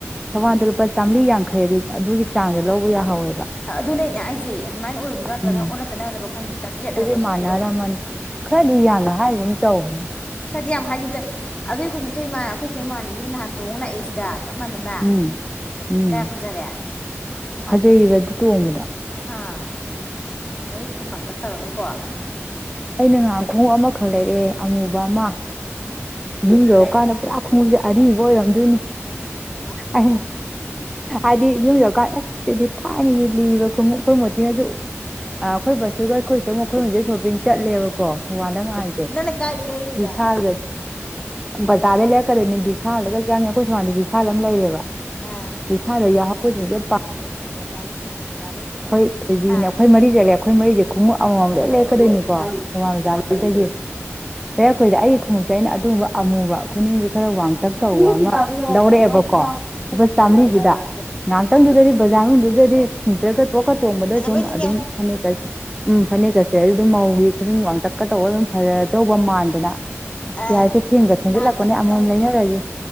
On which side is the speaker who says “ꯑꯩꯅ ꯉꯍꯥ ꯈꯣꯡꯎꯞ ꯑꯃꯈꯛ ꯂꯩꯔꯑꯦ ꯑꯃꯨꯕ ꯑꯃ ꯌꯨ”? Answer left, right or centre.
Centre